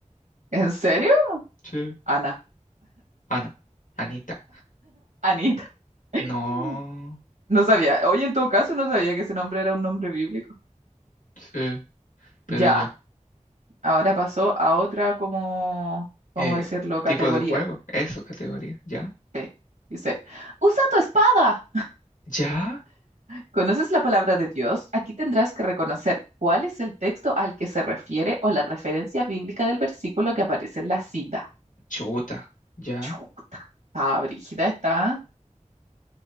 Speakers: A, on the right; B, on the left.
A: ¿En serio?
B: Sí.
A: Ana,
B: Ana, Anita.
A: Anita.
B: No,
A: Mm. No sabía. Oye, en todo caso, no sabía que ese nombre era un nombre bíblico.
B: sí, pero
A: Ya,
B: ya.
A: ahora pasó a otra como, ¿cómo
B: Eh,
A: decirlo? Categoría.
B: tipo de juego, eso, categoría. Ya,
A: Sí, dice, usa tu espada.
B: ya,
A: ¿Conoces la palabra de Dios? Aquí tendrás que reconocer cuál es el texto al que se refiere o la referencia bíblica del versículo que aparece en la cita.
B: chuta, ya,
A: Chuta. Ah, Brígida está.